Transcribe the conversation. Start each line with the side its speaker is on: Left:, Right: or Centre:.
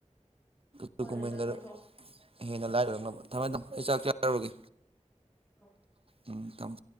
Right: ꯀ
Left: ꯐꯔꯦ
Right: ꯀꯨꯝꯃꯤꯡꯒꯗ
Left: ꯆꯥꯛ ꯆꯥꯊꯣꯛꯑꯣ
Right: ꯍꯦꯟꯅ ꯂꯥꯏꯠ ꯑꯣꯏꯔꯛꯅꯕ ꯊꯃꯦ ꯊꯝ ꯑꯩ ꯆꯥꯛ ꯆꯥꯔꯣꯒꯦ
Left: ꯑꯧ
Right: ꯎꯝ ꯊꯝ